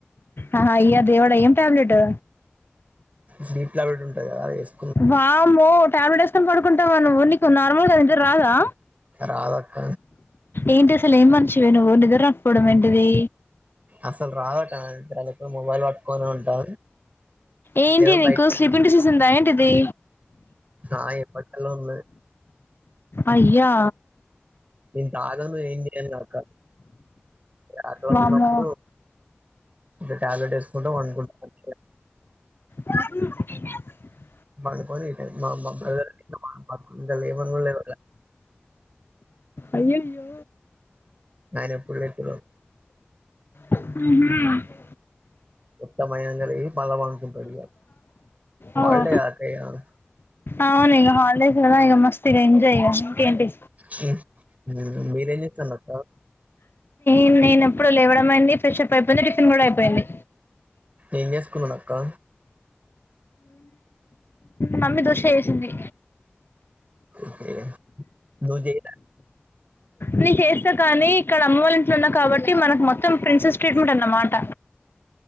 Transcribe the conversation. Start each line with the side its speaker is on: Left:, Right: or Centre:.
Left: ఆహా అయ్య దేవుడా ఏం టాబ్లెటు
Right: స్లీప్ టాబ్లెట్ ఉంటది కదా అది ఎస్
Left: వామ్మో ట్యాబ్లెట్ ఎసుకొని పడుకుంటావ నువ్వు నీకు నార్మల్ గా నిద్ర రాదా
Right: రాదక్క.
Left: ఏంటసలు ఏం మనిషివి నువ్వు నిద్ర రాక్పోవడం ఏంటిది
Right: అసల్ రాదాక్క <unintelligible> మొబైల్ పట్కొనే ఉంటా
Left: ఏంటి
Right: ఏదో
Left: నీకు
Right: బయట
Left: స్లీప్ంగ్ డిసీస్ ఉందా ఏంటిది
Right: ఆ ఎప్పట్కేలో ఉన్నది.
Left: అయ్యా
Right: నేన్ తాగను ఏం చేయ్యన్ కా అక్క ఇగ అట్ల
Left: వామ్మో
Right: ఉన్నప్పుడు ఇగ టాబ్లెట్ ఎసుకుంటా పడుకుంటా అంతే
Left: <inaudible>
Right: పడ్కొని ఈ టైం మా మా బ్రదర్ వాన్ బతుకు ఇంకా లెవన్ గుడా లేవలే
Left: అయ్యయ్యో
Right: గాయన ఎప్పుడ్ లేత్తడో
Left: హ్మ్ హు
Right: కోత్త <unintelligible> కడిగిండు మళ్ళా పండుకుంటడు ఇగ
Left: ఓ
Right: హల్డే కదాక్క ఇయ్యాల
Left: అవును ఇగ హాలిడేస్ కదా ఇగ మస్త్ డ్ ఎంజయ్ ఇగ ఇకేంటి
Right: హ్మ్ హ్మ్ హు మీరేం చేత్తళ్ళక్క
Left: ఎంలేనప్పుడు లేవడం అయింది ఫ్రెషప్ అయిపోయింది టిఫిన్ కూడా అయిపోయింది
Right: ఏమ్ చేసుకుంటున్నావ్ అక్కా
Left: మమ్మీ దోష వేసింది
Right: ఓకె నువ్ చేయలా
Left: నేను చేస్తా కానీ ఇక్కడ అమ్మ వాళ్ళ ఇంట్లో ఉన్నప్పుడు కాబట్టి మనకు మొత్తం ప్రిన్సెస్ ట్రీట్మెంట్ అన్నమాట